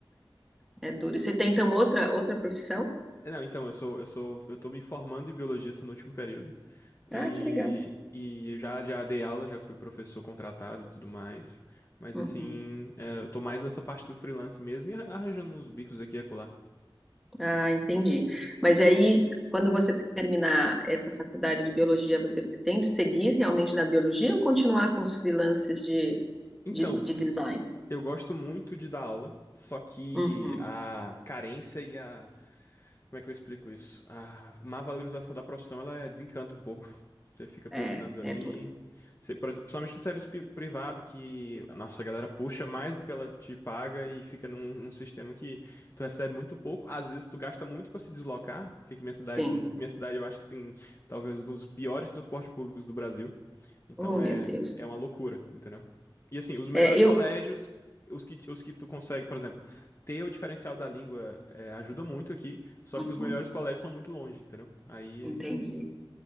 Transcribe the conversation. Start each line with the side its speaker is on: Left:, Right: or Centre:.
Centre: É, é duro. E você tem então outra outra profissão?
Left: É, Não, então, eu sou, eu sou, eu tô me formando em biologia, tô no último período. E,
Centre: Ah, que legal.
Left: e eu já, já dei aula, já fui professor contratado e tudo mais. Mas
Centre: Uhum.
Left: assim, é, eu tô mais nessa parte do freelance mesmo e ar- arranjando uns bicos aqui e acolá.
Centre: Ah, entendi. Mas e aí, quando você terminar essa faculdade de biologia, você pretende seguir realmente na biologia ou continuar com os freelances de,
Left: Então,
Centre: de, de design?
Left: eu gosto muito de dar aula, só que
Centre: Uhum.
Left: a carência e a Como é que eu explico isso? A má valorização da profissão, ela é- desencanta um pouco. Você fica
Centre: É,
Left: pensando ali.
Centre: é duro.
Left: Você, por exemplo, principalmente no serviço pi- privado, que a nossa galera puxa mais do que ela te paga e fica num, num sistema que tu recebe muito pouco. Às vezes tu gasta muito para se deslocar, porque aqui minha cidade,
Centre: Sim.
Left: minha cidade eu acho que tem talvez um dos piores transportes públicos do Brasil. Então
Centre: Oh,
Left: é,
Centre: meu Deus.
Left: é uma loucura, entendeu? E assim, os melhores
Centre: É, eu.
Left: colégios, os que, os que tu consegue, por exemplo, ter o diferencial da língua é, ajuda muito aqui, só
Centre: Uhum,
Left: que os melhores colégios são muito longe, entendeu? Aí
Centre: entendi.